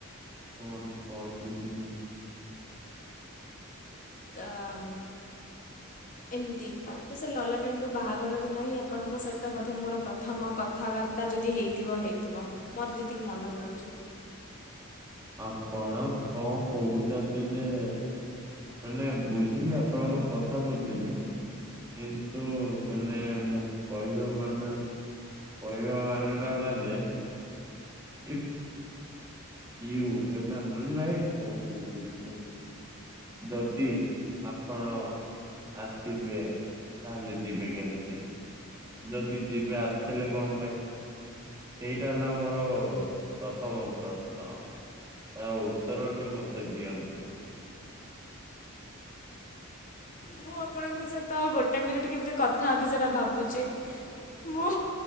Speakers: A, on the right (about 15°); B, on the left (about 35°).
A: କଣ <unintelligible>
B: କା ମ୍ ଏମିତି ତ ସେ ଲଲାଟେଣ୍ଡୁ ବାହାଘର ଦିନ ହିଁ ଆପଣଙ୍କ ସହିତ ବୋଧେ ମୋର ପ୍ରଥମ କଥା କଥାବାର୍ତ୍ତା ଯଦି ହେଇଥିବ ହେଇଥିବ ମୋର ଯେତିକି ମନେ ପଡ଼ୁଛି।
A: ଆପଣ କଣ କହୁଛନ୍ତି ଯେ? ବୋଇଲେ ବୁଝିଲି ଆପଣଙ୍କ କଥା ବୁଝିଲି। କିନ୍ତୁ ମାନେ ମ କହିବା ମାନେ କହିବା ମାନଟା ହେଲା ଯେ ଇବ ଇଉ <unintelligible> କଣ କହୁଛି କହିଲୁ? ଯଦି ଆପଣ ଆସିବେ ତାହେଲେ ଯିବି କେମିତି? ଯଦି ଯିବେ ଆସିଥିଲେ କଣ ପାଇଁ? ସେଇଟା ହେଲା ମୋର ପ୍ରଥମ ପ୍ରଶ୍ନ। ତା ଉତ୍ତରଟି ମତେ ଦିଅନ୍ତୁ?
B: ମୁଁ ଆପଣଙ୍କ ସହିତ ଗୋଟେ ମିନିଟ୍ କେମିତି କଥା ହେବି ସେଟା ଭାବୁଛି। ମୁଁ